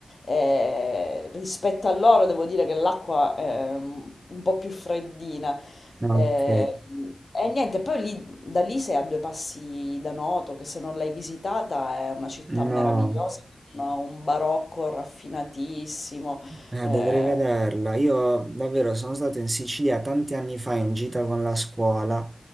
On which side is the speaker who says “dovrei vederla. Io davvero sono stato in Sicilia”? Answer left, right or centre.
Right